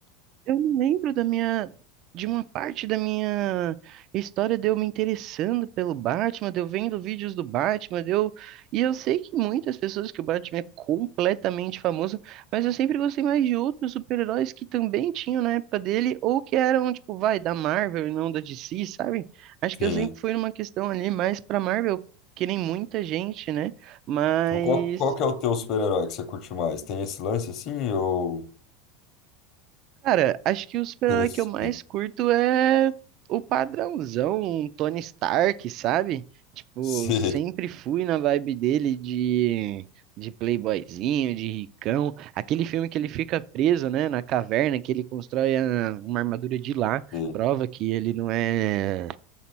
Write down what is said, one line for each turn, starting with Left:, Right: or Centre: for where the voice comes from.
Right: eu não lembro da minha, de uma parte da minha história de eu me interessando pelo Batman, de eu vendo vídeos do Batman, de eu... E eu sei que muitas pessoas que o Batman é completamente famoso, mas eu sempre gostei mais de outros super-heróis que também tinham na época dele, ou que eram, tipo, vai, da Marvel e não da DC, sabe? Acho que
Left: Sim.
Right: eu sempre fui numa questão ali mais pra Marvel, que nem muita gente, né? Mas...
Left: Tipo, Qual, qual que é o teu super-herói que você curte mais? Tem esse lance assim ou.
Right: Cara, acho que o super-herói
Left: <laughs> Interessante.
Right: que eu mais curto é o padrãozão, um Tony Stark, sabe? Tipo,
Left: Sim,
Right: sempre fui na vibe dele de, de playboyzinho, de ricão. Aquele filme que ele fica preso, né, na caverna, que ele constrói a- uma armadura de lá,
Left: sim,
Right: prova que ele não é,